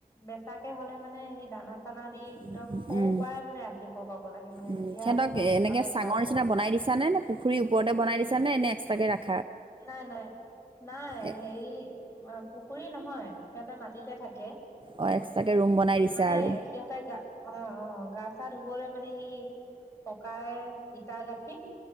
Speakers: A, on the left; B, on the right.
A: বেচাকে হ'লে মানে সেই দানা চানা দি একদম
B: উম
A: সৰুৰ পৰাই মানে ৰাখিব পাব লাগে মানে
B: উ
A: তেতিয়া
B: সিহঁতক এনেকে
A: অলপ
B: চাঙৰ
A: লাভ
B: নিচিনা
A: হয়
B: বনাই দিছা নে নে পুখুৰীৰ ওপৰতে বনাই দিছা নে, নে এক্সট্ৰাকে ৰাখি
A: নাই নাই নাই
B: এক-
A: হেৰি পুখুৰী নহয় হয় সিহঁতে মাটিতে থাকে
B: অ', এক্সট্ৰাকে ৰুম বনাই দিছা
A: মানে
B: আৰু
A: সিহঁতে গা অঁ অঁ গা গা ধুবলে মানে সেই পকাই ইটা গাঁঠি